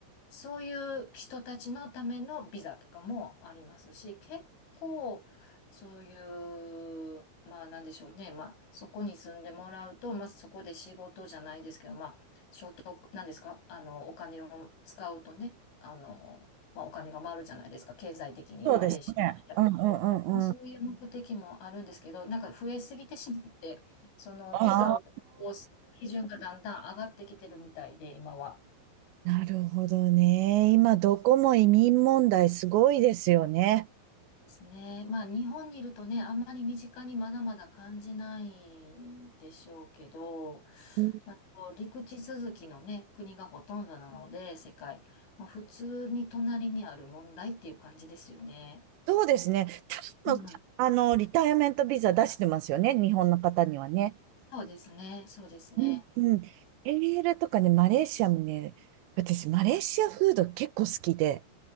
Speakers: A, on the left; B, on the right.
A: そういう人たちのためのビザとかもありますし、結構、そういう、まあなんでしょうね、まあそこに住んでもらうと、まあそこで仕事じゃないですけど、まあ所得、なんですか、あの、お金を使うとね、あの、まあお金が回るじゃないですか、経済的に、
B: そうですね。
A: マレーシアって。
B: うんうんうんうん。
A: まあそういう目的もあるんですけど、なんか増えすぎてしまって、そのビザを発行する基準がだんだん上がってきてるみたいで、
B: ああ、
A: 今は。
B: なるほどね。今、どこも移民問題すごいですよね。
A: ですね。まあ日本にいるとね、あんまり身近にまだまだ感じないでしょうけど、
B: うん
A: まあ、と陸地続きのね、国がほとんどなので、世界、まあ、普通に隣にある問題っていう感じですよね。
B: そうですね。多分、
A: うん。
B: あの、リタイアメントビザ出してますよね。日本の方にはね。
A: そうですね、そうですね。
B: うんうん。PL とかね、マレーシアもね、私、マレーシアフード結構好きで、